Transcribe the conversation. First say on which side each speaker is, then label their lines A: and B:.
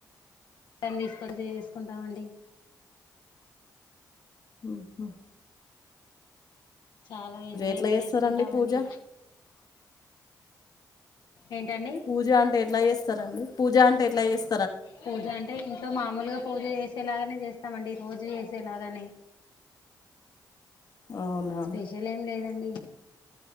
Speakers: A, on the left (about 75°); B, on the left (about 60°).
A: ఐం దీస్కొన్ చేసుకుంటామండి
B: ఊహు
A: చాలా ఎంజాయ్గా
B: ఎట్లా చేస్తారండి
A: చేసుకుంటామండి
B: పూజ
A: ఏంటండి
B: పూజ అంటే ఎట్లా చేస్తారండి పూజ అంటే ఎట్లా జేస్
A: పూజ అంటే ఇంట్లో మామూలుగా పూజ చేసేలాగా నె చేస్తామండి రోజు చేసేలాగానే
B: అవునా
A: స్పెషెల్ ఏం లేదండి